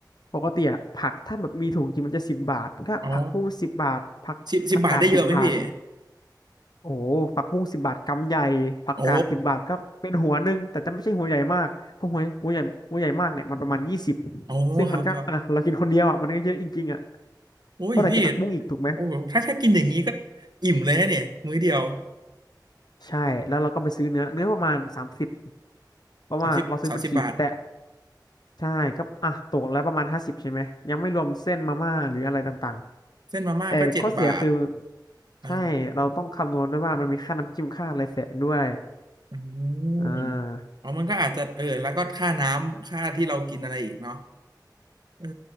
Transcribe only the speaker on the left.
ปกติอ่ะผักถ้าแบบมีถุงจริงมันจะสิบบาทก็ผักบุ้งสิบบาทผักผักกาดสิบบาท
โอ้โหผักบุ้งสิบบาทกำใหญ่ผักกาดสิบบาทก็เป็นหัวหนึ่งแต่จะไม่ใช่หัวใหญ่มากเพราะหัวหัวใหญ่หัวใหญ่มากเนี่ยมันประมาณยี่สิบ
ซึ่งมันก็อ่ะเรากินคนเดียวอ่ะมันก็เยอะจริงๆอ่ะ
ก็อาจจะผักบุ้งอีกถูกไหม
ใช่แล้วเราก็ไปซื้อเนื้อเนื้อประมาณสามสิบเพราะว่าเราซื้อเป็นขีดแต่
ใช่ก็อ่ะตกแล้วประมาณห้าสิบใช่ไหมยังไม่รวมเส้นมาม่าหรืออะไรต่าง
ๆแต่ข้อเสียคือ
ใช่เราต้องคำนวณด้วยว่ามันมีค่าน้ำจิ้มค่าอะไรแฝงด้วย
อ่า